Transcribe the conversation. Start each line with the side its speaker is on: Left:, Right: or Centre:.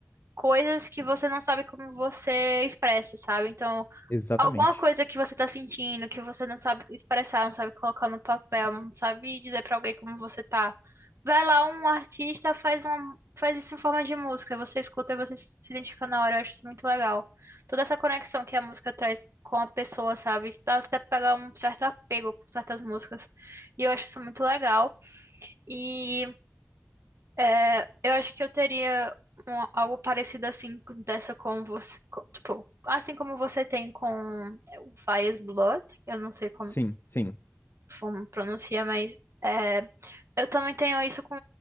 Right: coisas que você não sabe como você expressa, sabe? Então,
Left: Exatamente.
Right: alguma coisa que você tá sentindo, que você não sabe expressar, não sabe colocar no papel, não sabe dizer pra alguém como você tá. Vai lá, um artista faz uma, faz isso em forma de música, você escuta e você se identifica na hora, eu acho isso muito legal. Toda essa conexão que a música traz com a pessoa, sabe? Dá até pra pegar um certo apego por certas músicas. E eu acho isso muito legal. E é, eu acho que eu teria um- algo parecido assim, com- dessa com você, co- tipo, assim como você tem com é, o Fias Blood, eu não sei como,
Left: Sim, sim.
Right: como pronuncia, mas é, eu também tenho isso com